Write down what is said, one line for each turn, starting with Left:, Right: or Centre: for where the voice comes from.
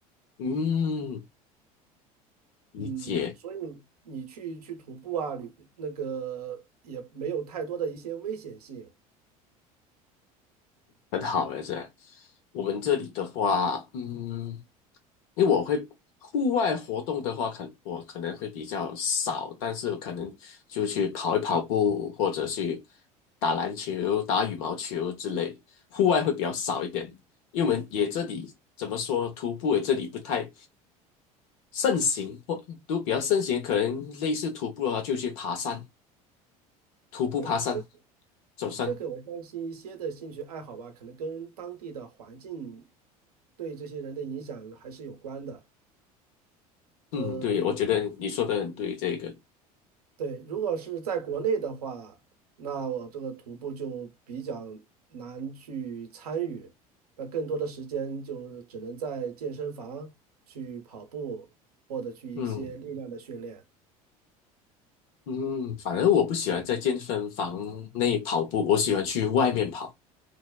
Left: 嗯，理解，
Right: 嗯，所以你去去徒步啊，旅那个也没有太多的一些危险性。
Left: 很好了，是吧。我们这里的话，嗯。因为我会户外活动的话，可我可能会比较少，但是可能就去跑一跑步，或者去打篮球、打羽毛球之类，户外会比较少一点。因为我们也这里怎么说，徒步也这里不太盛行，或都比较盛行，可能类似徒步的话，就去爬山，徒步爬山、
Right: 对，这
Left: 走山。
Right: 这个我相信一些的兴趣爱好吧，可能跟当地的环境对这些人的影响还是有关的。
Left: 嗯，
Right: 嗯，
Left: 对，我觉得你说的很对，这个，
Right: 对，如果是在国内的话，那我这个徒步就比较难去参与，那更多的时间就只能在健身房去跑步，或者去一些力量的训练。
Left: 嗯。嗯，反正我不喜欢在健身房内跑步，我喜欢去外面跑。